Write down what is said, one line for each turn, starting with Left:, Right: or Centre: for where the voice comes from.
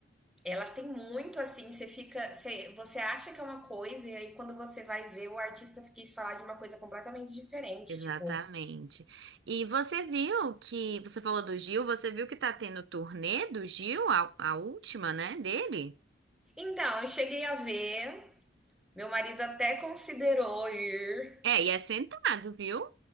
Centre: Elas têm muito assim, você fica, você, você acha que é uma coisa, e aí quando você vai ver, o artista quis falar de uma coisa completamente diferente.
Right: exatamente.
Centre: Tipo,
Right: E você viu que, você falou do Gil, você viu que tá tendo turnê do Gil, a, a última, né, dele?
Centre: então, eu cheguei a ver, meu marido até considerou ir.
Right: É, e é sentado, viu?